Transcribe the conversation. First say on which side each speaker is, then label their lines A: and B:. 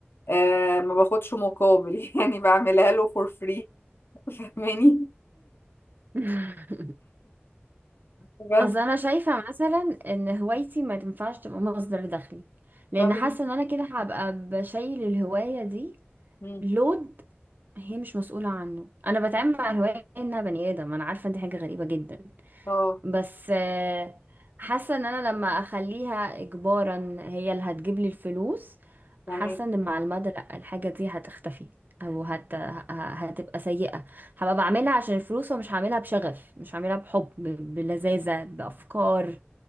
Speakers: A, on the left; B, on the right.
A: أه ما باخدش مقابل <laughs> يعني بعملها له فور فري فاهماني
B: <laughs>
A: <laughs> بس
B: اصل انا شايفه مثلا ان هوايتي ما تنفعش تبقى مصدر دخلي لان
A: طب
B: حاسه
A: إن-
B: ان انا كده هبقى بشيل الهوايه دي
A: مم.
B: لود هي مش مسؤوله عنه انا بتعامل مع الهوايه انها بني ادم انا عارفه دي حاجه غريبه جدا
A: اه
B: بس آه، حاسة ان انا لما اخليها اجبارا هي اللي هتجيب لي الفلوس
A: تمام
B: حاسة ان مع المدى لا الحاجة دي هتختفي او هت... ه- هتبقى سيئة هبقى بعملها عشان الفلوس ومش هعملها بشغف مش هعملها بحب ب- بلذاذة بأفكار